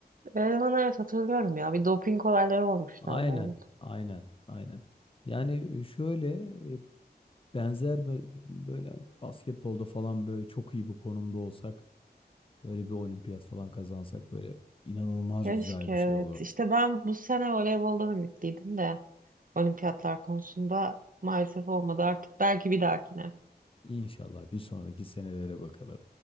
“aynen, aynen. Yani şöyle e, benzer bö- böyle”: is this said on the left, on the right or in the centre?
Left